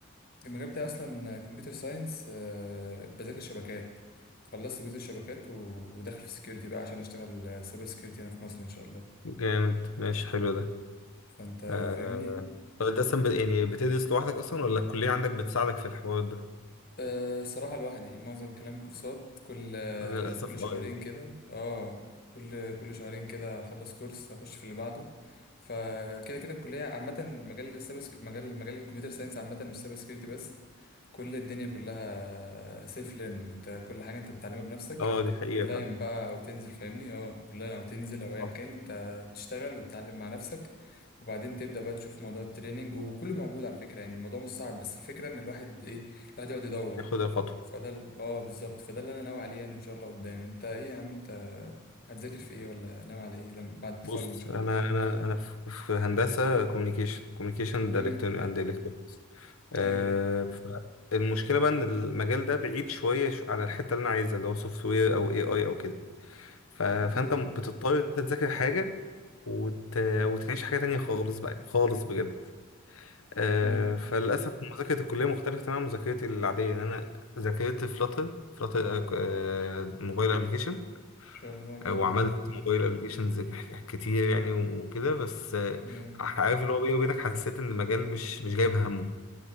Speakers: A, on the left (about 45°); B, on the left (about 80°).
A: المجال بتاعي اصلا كمبيوتر ساينس بذاكر شبكات خلصت جزء الشبكات و... وداخل في السكيورتي بقى عشان اشتغل سايبر سكيورتي هنا في مصر ان شاء الله
B: جامد ماشي حلو ده
A: فانت
B: آه...
A: فاهمني
B: طب انت اصلا ب... يعني بتدرس لوحدك اصلا ولا الكلية عندك بتساعدك في الحوار ده
A: أه صراحة لوحدي معظم الكلام كورسات كل آه،
B: للاسف
A: كل شهرين
B: اه يعني
A: كده اه كل كل شهرين كده اخلص كورس اخش في اللي بعده فكده كده الكلية عامة مجال السايبر سك- مجال مجال الكمبيوتر ساينس عامة مش سايبر سكيورتي بس كل الدنيا كلها سيلف ليرنينج انت كل حاجة انت بتتعلمها بنفسك
B: اه دي حقيقة
A: اونلاين
B: فعلا
A: بقى او تنزل فاهمني اه اونلاين او تنزل او ايا
B: صح
A: كان انت بتشتغل وتتعلم مع نفسك وبعدين تبدأ بقى تشوف موضوع التريننج وكله موجود على فكرة يعني الموضوع مش صعب بس الفكرة ان الواحد ايه الواحد يقعد يدور
B: ياخد الخطوة
A: فده ال- اه بالظبط فده اللي انا ناوي عليه يعني ان شاء الله قدام انت ايه يا عم انت هتذاكر في ايه ولا ناوي على ايه لما بعد التخرج
B: بص
A: ان شاء
B: انا
A: الله
B: انا انا في في هندسة كوميونيكيشن كوميونيكيشن اند
A: امم
B: الكترونكس آه...
A: ايوه ايوه
B: المشكلة بقى ان المجال ده بعيد شوية عن الحتة اللي انا عايزها اللي هو سوفت وير او اي اي او كده ف... فانت
A: والله
B: بتضطر ان انت تذاكر حاجه وت... وتعيش حاجه تانية خالص بقى خالص بجد آه
A: امم ان
B: فللاسف مذاكره الكليه مختلفه تماما عن مذاكرتي العاديه ان انا ذاكرت فلاتر فلاتر موبايل ابلكيشن
A: شاء الله جامد
B: وعملت
A: ايوه
B: موبايل ابلكيشنز كتير يعني وكده بس آه،
A: جامد
B: عارف اللي هو بيني وبينك حسيت ان المجال مش مش جايب همه